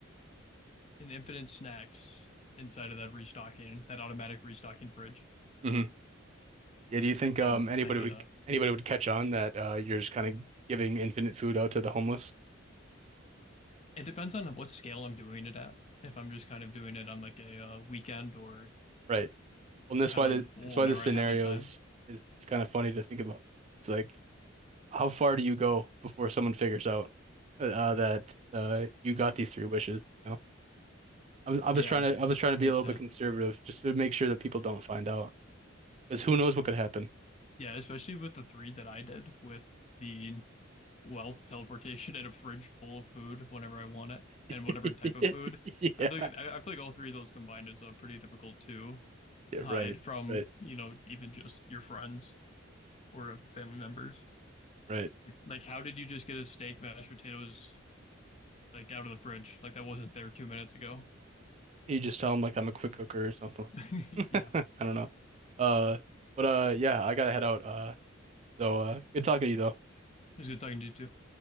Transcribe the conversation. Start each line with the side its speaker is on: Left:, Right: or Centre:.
Left: and infinite snacks inside of that restocking, that automatic restocking fridge.
Right: Mhm. Yeah, do you think um
Left: So
Right: anybody
Left: I could,
Right: would
Left: uh,
Right: anybody would catch on that uh you're just kind of giving infinite food out to the homeless?
Left: it depends on what scale I'm doing it at. If I'm just kind of doing it on like a uh, weekend or
Right: Right. Well, and that's
Left: kind
Right: why
Left: of
Right: the
Left: whenever
Right: that's why this scenario
Left: I have the time,
Right: is is it's kind of funny to think about. It's like how far do you go before someone figures out uh, uh, that uh you got these three wishes, you know? I was I was
Left: yeah,
Right: trying to I was trying to
Left: it
Right: be
Left: makes
Right: a little bit
Left: it.
Right: conservative just to make sure that people don't find out because who knows what could happen.
Left: Yeah, especially with the three that I did with the wealth teleportation <laughs> and a fridge full of food whenever I want it
Right: <laughs>
Left: and whatever type of food.
Right: Yeah.
Left: I feel like I I feel like all three of those combined is uh, pretty difficult to
Right: Yeah,
Left: hide
Right: right.
Left: from,
Right: Right.
Left: you know, even just your friends or family members.
Right: Right.
Left: Like, like how did you just get a steak, mashed potatoes, like out of the fridge? Like that wasn't there two minutes ago.
Right: You just tell them like I'm a quick cooker or something
Left: <laughs>
Right: like.
Left: Yeah,
Right: <laughs>
Left: it
Right: I don't know. Uh, but uh, yeah, I gotta head out. Uh, so uh, good talking to you though.
Left: was good talking to you too.